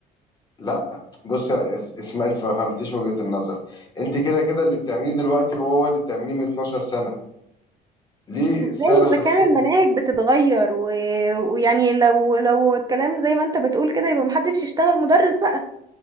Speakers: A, on the left; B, on the right.
A: لا بص انا اس- اسمع انت ما فهمتيش وجهه النظر انت كده كده اللي بتعمليه دلوقتي هو هو اللي بتعمليه من 12 سنه ليه
B: ازاي
A: سعر حسيت
B: اذا كان المناهج بتتغير و... ويعني لو لو الكلام زي ما انت بتقول كده يبقى محدش يشتغل مدرس بقى